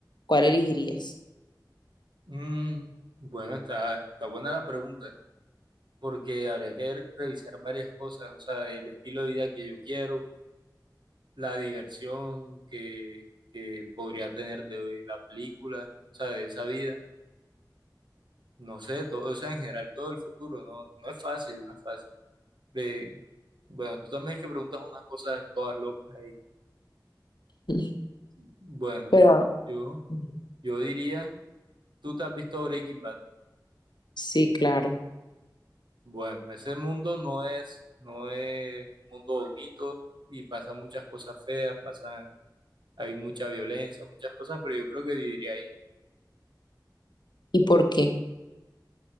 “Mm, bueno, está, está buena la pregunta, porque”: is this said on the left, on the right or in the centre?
Right